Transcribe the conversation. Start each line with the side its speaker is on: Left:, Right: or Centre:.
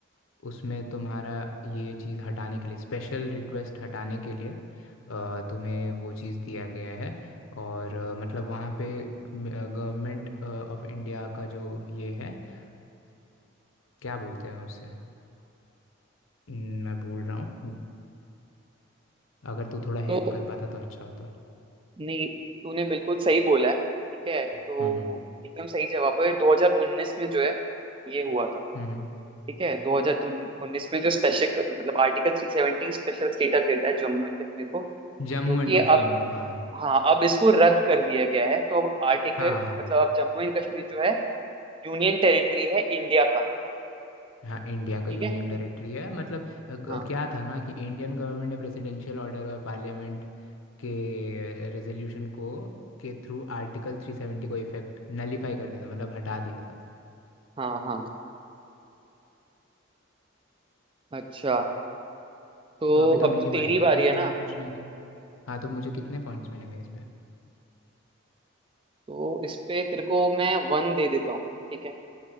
Left: उसमें तुम्हारा ये चीज़ हटाने के लिए स्पेशल रिक्वेस्ट हटाने के लिए अ, तुम्हें वो चीज़ दिया गया है और अ, मतलब वहाँ पे गवर्नमेंट ऑफ इंडिया का जो ये है अ, क्या बोलते हैं उसे हम्म, मैं भूल रहा हूँ अगर तू थोड़ा हेल्प
Right: तो
Left: कर पाता तो अच्छा होता
Right: नहीं तूने बिल्कुल सही बोला है ठीक है तो
Left: हम्म हम्म
Right: एकदम सही जवाब है 2019 में जो है ये हुआ था
Left: हम्म, हम्म।
Right: ठीक है 2019 में जो स्पेशल मतलब आर्टिकल 370 स्पेशल स्टेटस देता है जम्मू एंड कश्मीर को
Left: जम्मू
Right: जो कि
Left: एंड कश्मीर
Right: अब
Left: को हाँ
Right: हाँ अब इसको रद्द कर दिया गया है तो अब आर्टिकल
Left: हाँ हाँ।
Right: मतलब अब जम्मू एंड कश्मीर जो है यूनियन टेरिटरी है इंडिया का
Left: हाँ इंडिया का
Right: ठीक
Left: यूनियन
Right: है
Left: टेरिटरी है मतलब अ, ग-
Right: हाँ
Left: क्या था ना कि इंडियन गवर्नमेंट ने प्रेसिडेंशियल ऑर्डर और पार्लियामेंट के रेजोल्यूशन को के थ्रू आर्टिकल 370 को इफेक्ट नलीफाई कर दिया था मतलब हटा दिया था
Right: हाँ हाँ अच्छा तो
Left: तो अभी तो
Right: अब
Left: मेरी
Right: तो तेरी
Left: बारी है
Right: बारी
Left: भाई
Right: है
Left: सवाल
Right: ना
Left: पूछने के हाँ तो मुझे कितने पॉइंट्स मिलेंगे इस पे
Right: तो इस पे तेरे को मैं वन दे देता हूँ ठीक है